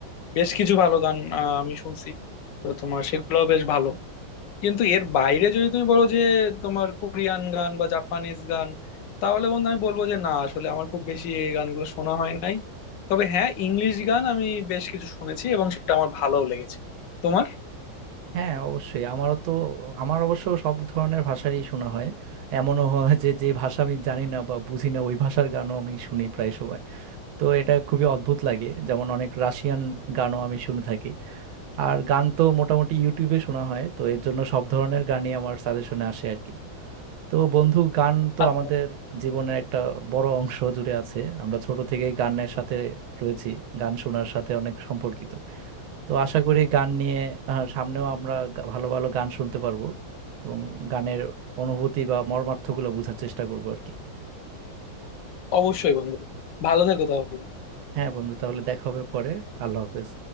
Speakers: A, on the left; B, on the right.
A: বেশ কিছু ভালো গান আহ, আমি শুনছি তো তোমার সেগুলো বেশ ভালো কিন্তু এর বাইরে যদি তুমি বলো যে তোমার কোরিয়ান গান বা জাপানিজ গান তাহলে বন্ধু আমি বলবো যে না আসলে আমার খুব বেশি এই গানগুলো শোনা হয় নাই তবে হ্যাঁ ইংলিশ গান আমি বেশ কিছু শুনেছি এবং সেটা আমার ভালোও লেগেছে তোমার
B: হ্যাঁ অবশ্যই আমারও তো আমার অবশ্য সব ধরনের ভাষারই শোনা হয় এমনও হয় যে যে ভাষা আমি জানি না বা বুঝি না ওই ভাষার গানও আমি শুনি প্রায় সময় তো এটা খুবই অদ্ভুত লাগে যেমন অনেক রাশিয়ান গানও আমি শুনে থাকি আর গান তো মোটামুটি ইউটিউবে শোনা হয় তো এর জন্য সব ধরনের গানই আমার সাজেশনে আসে আর কি তো বন্ধু গান তো
A: আচ্ছা
B: আমাদের জীবনের একটা বড় অংশ জুড়ে আছে আমরা ছোট থেকে গানের সাথে রয়েছি গান শোনার সাথে অনেক সম্পর্কিত তো আশা করি গান নিয়ে আহ, সামনেও আমরা গা- ভালো ভালো গান শুনতে পারবো এবং গানের অনুভূতি বা মর্মার্থগুলো বোঝার চেষ্টা করবো আর কি
A: অবশ্যই বন্ধু ভালো থেকো তাহলে
B: হ্যাঁ বন্ধু তাহলে দেখা হবে পরে আল্লাহ হাফেজ